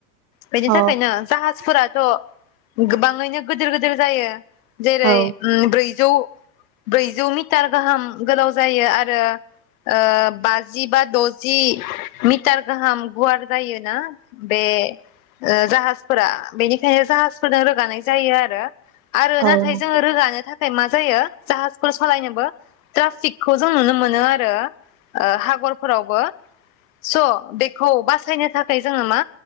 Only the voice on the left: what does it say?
बेनि
थाखायनो जाहाज फोराथ गोबाङैनो गोदोर गोदोर जायो जेरै
उम ब्रै जौ ब्रैजौ मिटार गाहाम गोलाव जायो आरो ओ बाजि बा दजि मिटार गाहाम गुवार जायोना बे ओ जाहाजफोरा बेनिखायनो जाहाजफोरनो रोगानाय जायो आरो आरो
नाथाय
जोङो रोगानो थाख थाय मा जायो जाहाजफोर सलायनोबो ट्राफिकखौ जों नुनो मोनो आरो ओ हागरफोरावबो स बेखौ बासायनो थाखाय जोङो मा